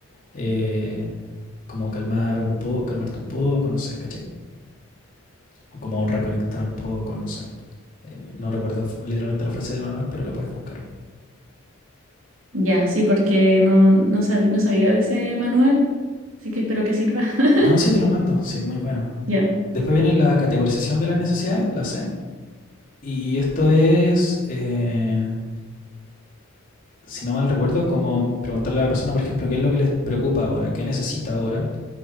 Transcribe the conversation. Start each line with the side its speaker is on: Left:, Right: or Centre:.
Left: eh, como calmar un poco, calmarte un poco, no sé, ¿caché? O como reconectar un poco, no sé. Eh, no recuerdo literalmente la frase del manual, pero la puedes buscar.
Right: Ya, sí, porque no, no sab- no sabía de ese manual, así que espero que sirva. <laughs>
Left: No, sí te lo mando. Sí, muy bueno.
Right: Ya.
Left: Después viene la categorización de las necesidades, la C. Y esto es, eh, si no mal recuerdo, como preguntarle a la persona, por ejemplo, qué es lo que les preocupa ahora, qué necesita ahora